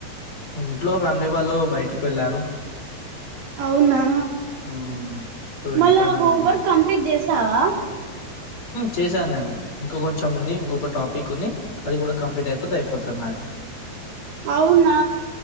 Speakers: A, on the left; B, on the right.
A: ఇంట్లో ఫ్యామిలీ వాళ్ళు బయటికి వెళ్ళారు
B: అవునా
A: హ్మ్. సో, ఇంట్లో
B: మళ్ళా
A: నేనున్నాను.
B: హమవర్క్ కంప్లీట్ చేస్ తావా
A: చేశాను నేను ఇంకా కొంచెం ఉంది ఇంకొక టాపిక్ ఉంది అది కూడా కంప్లీట్ అయిపోతే అయిపోతది నాది
B: అవునా